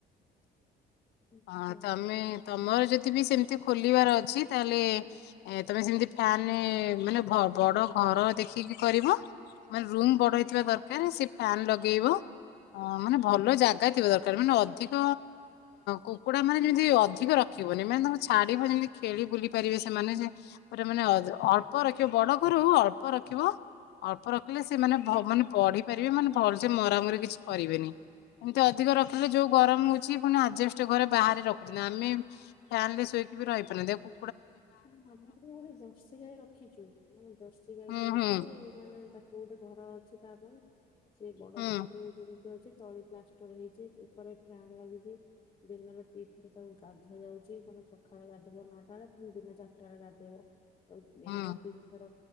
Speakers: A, on the left; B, on the left.
A: ଆଚ୍ଛା
B: ହଁ ତମେ ତମର ଯଦି ବି ସେମତି। ଖୋଲିବାର ଅଛି ତାହେଲେ ତମେ ସେମତି ଫ୍ୟାନ ମାନେ ବଡ ଘର ଦେଖିକି କରିବ ମାନ ରୁମ ବଡ଼ ହେ ଥିବା ଦରକାର ସେ ଫ୍ୟାନ ଲଗେଇବ ମାନେ ଭଲ ଜାଗା ଥିବା ଦରକାର ମାନେ ଅଧିକ କୁକୁଡା ମାନେ ଯେମତି ଅଧିକ ରଖିବନି ମାନେ ତାଙ୍କୁ ଛାଡିବ ଯେମିତି ଖେଳି ବୁଲି ପାରିବେ ସେମାନେ ପ ମାନେ ଅଳ୍ପ ରଖିବ ବଡ ଘର ଅଳ୍ପ ରଖିବ ଅଳ୍ପ ରଖିଲେ ସେମାନେ ମାନେ ବଢି ପାରିବେ ମାନେ ଭଲସେ ମରାମରି କିଛି କରିବେନି। ଏମିତି ଅଧିକ
A: ହଁ।
B: ରଖିଲେ ଯୋଉ ଗରମ ହଉଛି। ଆଷ୍ଟ ଘରେ ବାହାରେ ରଖୁଛନ୍ତି ଆମେ ଫ୍ୟାନ ରେ ଶୋଇକି ବି ରହିପାରୁ ଦେଖୁ।
A: ହଁ ଆମର ଗୋଟେ ଜର୍ସି ଗାଈ ରଖିଛୁ ମାନେ ଜର୍ସି ଗାଈ
B: ହୁଁ
A: ଟେ ଅଛି
B: ହୁଁ
A: ମାନେ ତାକୁ ଗୋଟେ ଘର ଅ। <unintelligible> ସେ ବଡ
B: ହୁଁ
A: ଘରଟେ ହେଇପାରିଲେ ଅଛି ତଳି ପ୍ଲାଷ୍ଟର ହେଇଛି ଉପରେ ଫ୍ୟାନ୍ ଲାଗିଛି ଦିନରେ ପିଇଥରେ ତାକୁ ଗାଧା ଯାଉଛି ମାନେ ସକାଳେ ଗାଧବ ନଅଟାରେ। ଦିନେ ଚାରଟାରେ ଗାଧେଇବ। ଦିନରେ
B: ହୁଁ
A: ତିନି ଥର